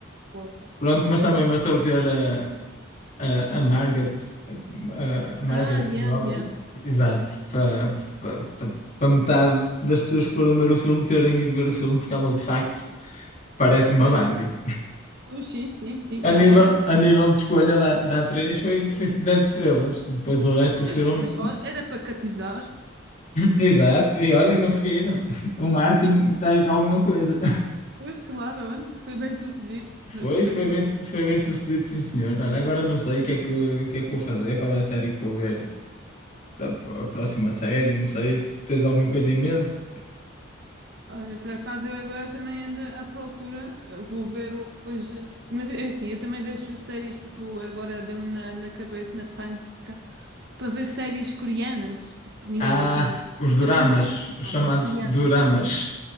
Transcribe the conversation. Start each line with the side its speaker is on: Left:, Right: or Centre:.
Right: pô.
Left: Pronto, mas também
Right: Mas-
Left: bastou ter a, a, a Margaret, a, a Margaret
Right: Ah, yeah,
Left: Robbie,
Right: yeah.
Left: exato, para para- para- para metade das pessoas que foram ver o filme terem ido ver o filme, porque ela de facto parece uma
Right: Pois.
Left: Barbie.
Right: Pois, Sim, sim, sim.
Left: A nível,
Right: Ah, era.
Left: a nível de escolha da, da atriz foi, foi 10 estrelas. Depois o resto
Right: Pois,
Left: do filme.
Right: pois, olha, era para cativar.
Left: Exato, e olha, conseguiram. O Martin está aí para alguma coisa.
Right: Pois, claro, olha, foi bem sucedido.
Left: Foi,
Right: Mas pronto.
Left: foi bem, foi bem sucedido, sim, senhor. Olha, agora não sei o que é que, o que é que vou fazer, qual é a série que vou ver, a a próxima série, não sei. Tu Tens alguma coisa em mente?
Right: Olha, por acaso eu agora também ando à procura. Eu vou ver hoje. Mas é assim, eu também vejo séries, tipo, agora deu-me na, na cabeça, na panca, para ver séries coreanas. Tipo, ninguém
Left: Ah,
Right: gosta de ver.
Left: os
Right: Eu
Left: doramas,
Right: também não sei dizer
Left: os
Right: o
Left: chamados
Right: nome. Yeah.
Left: doramas.